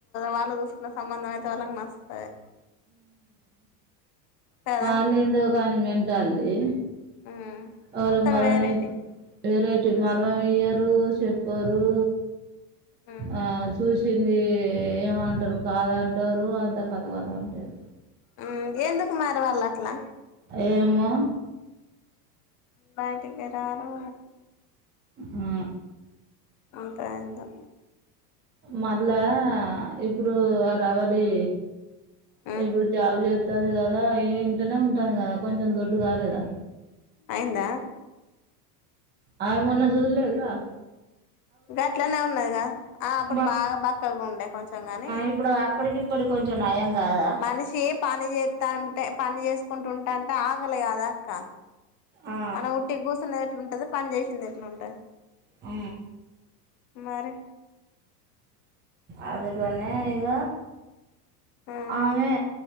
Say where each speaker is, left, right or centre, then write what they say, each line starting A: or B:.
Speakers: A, on the left; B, on the right.
A: వాళ్ళు చూసుకున్న సంబంధం అయితే వాళ్ళకి నచ్చుతది కదా
B: వాళ్లేందో గానీ మెంటాల్టీ
A: ఉమ్
B: అ
A: అంతా
B: మారాని
A: వెరైటీ
B: వేరె మరమము ఇయ్యరు చెప్పరు
A: ఉమ్
B: ఆ చూ ప్పింది ఏమంటారు కాదంటారు అంతా కథ కథ ఉంటాది
A: హ్మ్ ఎందుకు మరి వాళ్ళ అట్లా
B: ఏమొ
A: బయటకి రారు
B: ఆ
A: అంతైందో
B: మళ్ళా ఇప్పుడు రావాలి
A: ఉమ్
B: ఇప్పుడు జావ్ జే వస్తుంది కదా ఇంటనే ఉంటుంది కదా కొంచెం దొడ్డు కాలేదా
A: అయిందా
B: అమే మొన్న జూల్లేదురా
A: ఇక అట్లనే ఉన్నాదిగా ఆ అప్పుడు
B: బక్
A: బాగా బక్కగా ఉండే కొంచెం గాని
B: ఇప్పుడు అప్పటికి ఇప్పటికి కొంచెం నయం కాదా
A: మనిషి పని చేత్తంటే పని చేసుకుంటుంటాంటే ఆగలి కాదా అక్క
B: ఆ,
A: మనం ఉటిగ గూసన ఎట్లుంటది పని చేేసింది ఎట్లుంటది
B: ఆ
A: మరె
B: అదిగనే ఇగ
A: ఉమ్
B: అమె